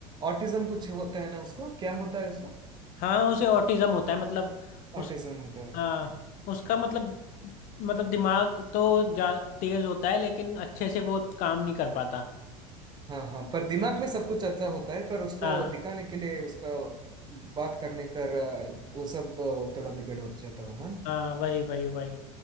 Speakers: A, on the right; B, on the left.
A: ऑटिज्म कुछ होता है ना उसको क्या होता है उसको
B: हाँ उसे ऑटिज्म होता है मतलब उस
A: ऑटिज्म होता है
B: हाँ उसका मतलब मतलब दिमाग तो जा तेज होता है लेकिन अच्छे से वो काम नहीं कर पाता
A: हाँ हाँ पर दिमाग में सब कुछ अच्छा होता है पर उसको
B: हाँ
A: दिखाने के लिए उसका बात करने कर अ, वो सब अ, थोड़ा बिगड़ हो जाता हो ना हम्म,
B: हाँ वही वही वही